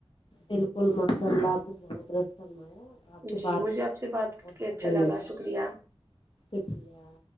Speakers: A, on the left; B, on the right.
A: بالکل <unintelligible>
B: جی مجھے
A: کر
B: آپ سے بات کر
A: بہت
B: کے
A: سکون
B: اچھا لگا
A: ملا
B: شکریہ
A: شکریہ